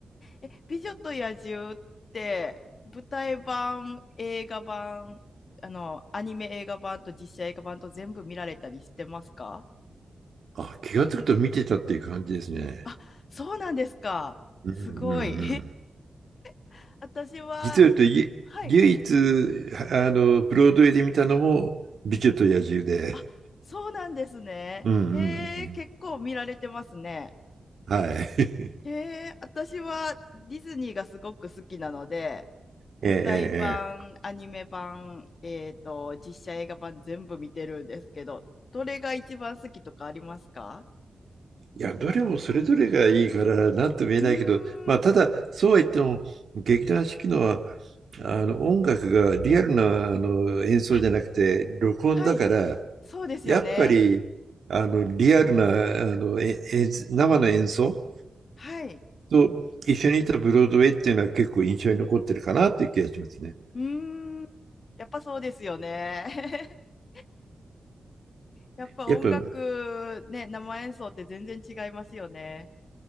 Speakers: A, on the left (about 60°); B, on the right (about 70°).
A: え、美女と野獣って舞台版、映画版、あの、アニメ映画版と実写映画版と全部見られたりしてますか
B: あ、気がつくと見てたっていう感じですね。
A: あ、そうなんですか。
B: うんうんう
A: すごい。
B: ん。
A: <laughs> 私は、
B: 実を言うと、ゆ唯一、
A: はい。
B: あの、ブロードウェイで見たのも、美女と野獣で。
A: あ、そうなんですね。
B: うんうんうん。
A: へえ、結構見られてますね。
B: はい。<laughs>
A: へえ、私はディズニーがすごく好きなので、
B: ええ、
A: 舞台版、
B: ええ、ええ。
A: アニメ版、えっと、実写映画版全部見てるんですけど、どれが一番好きとかありますか
B: いや、どれもそれぞれがいいから、なんとも言えないけど、
A: うーん。
B: まあ、ただ、そうは言っても、劇団四季のは、あの、音楽がリアルな、あの、演奏じゃなくて、
A: あ、
B: 録音だから、
A: はい。そうですよね。
B: やっぱり、あの、リアルな、あの、え演生の演奏
A: はい。
B: と一緒にいたブロードウェイっていうのは結構印象に残ってるかなっていう気がしますね。
A: うーん。やっぱそうですよね。<laughs> やっぱ音楽、
B: やっぱ、
A: ね、生演奏って全然違いますよね。